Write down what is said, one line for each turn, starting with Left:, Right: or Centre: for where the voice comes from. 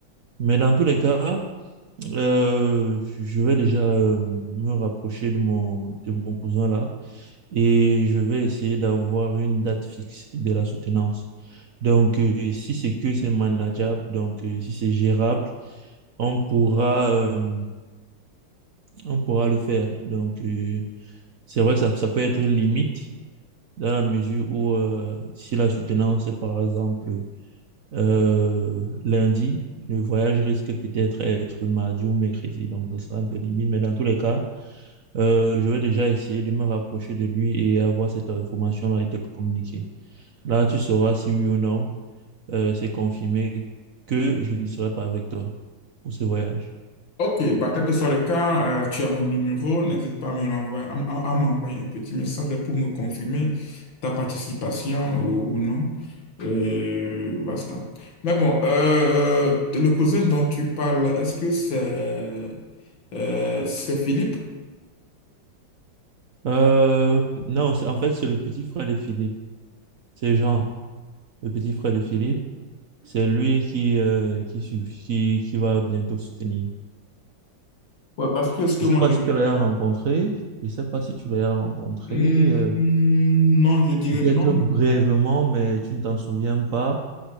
Right: Mais dans tous les cas, euh, je vais déjà euh, me rapprocher de mon, de mon cousin là et je vais essayer d'avoir une date fixe de la soutenance. Donc, euh, si c'est que c'est manageable, donc euh, si c'est gérable, on pourra, euh, on pourra le faire. Donc, euh, c'est vrai que ça, ça peut être limite dans la mesure où euh, si la soutenance est par exemple euh, lundi, le voyage risque peut-être être mardi ou mercredi. Donc, ça sera un peu limite, mais dans tous les cas, Euh, je vais déjà essayer de me rapprocher de lui et avoir cette information-là a été communiquée. Là, tu sauras si oui ou non, euh, c'est confirmé que je ne serai pas avec toi pour ce voyage.
Left: Ok, bah, quel que soit le cas, euh, tu as mon numéro, n'hésite pas à me l'envoyer, à, m- à- à m'envoyer un petit message pour me confirmer ta participation ou, ou non. Et basta. Mais bon, euh, euh, le cousin dont tu parles, est-ce que c'est euh, c'est Philippe?
Right: Euh, non, c'est- en fait, c'est le petit frère de Philippe. C'est Jean, le petit frère de Philippe. C'est lui qui, euh, qui, suit- qui, qui va bientôt soutenir.
Left: Ouais, parce que est-ce que
Right: Je
Left: moi
Right: ne sais pas
Left: je...
Right: si tu l'as rencontré. Je ne sais pas si tu l'as rencontré.
Left: Hmm,
Right: euh,
Left: non, je dirais
Right: peut-être
Left: non,
Right: brièvement, mais tu ne t'en souviens pas.